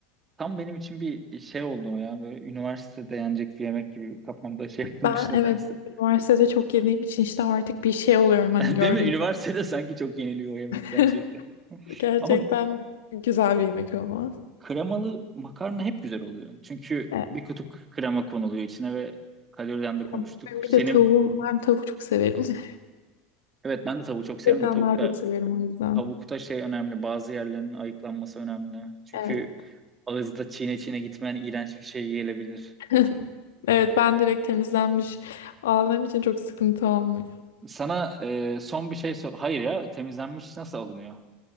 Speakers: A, on the right (about 25°); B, on the left (about 70°).
A: tam benim için bir şey oldu o ya böyle üniversitede yenecek bir yemek gibi kafamda şey yapılmış
B: Ben
A: nedense.
B: evet üniversitede çok yediğim için işte artık bir şey oluyorum hani
A: <laughs>
B: gördüğüm
A: Değil mi? Üniversitede sanki çok yeniliyor o yemek
B: zaman.
A: gerçekten.
B: <laughs> Gerçekten
A: Ama
B: güzel bir yemek ama.
A: Kremalı makarna hep güzel oluyor. Çünkü
B: Evet,
A: bir kutu k- krema konuluyor içine ve kaloriden de konuştuk.
B: ya benim
A: Senin
B: bir de tavuğum, ben tavuk çok severim. <laughs>
A: evet ben de tavuğu çok severim
B: Etten
A: de tavukta
B: daha çok severim o yüzden.
A: tavukta şey önemli. Bazı yerlerin ayıklanması önemli. Çünkü
B: Evet.
A: ağızda çiğne çiğne gitmeyen iğrenç bir şey gelebilir.
B: <laughs> Evet ben direkt temizlenmiş aldığım için çok sıkıntı olmuyor.
A: Sana e, son bir şey sor. Hayır ya temizlenmiş nasıl alınıyor?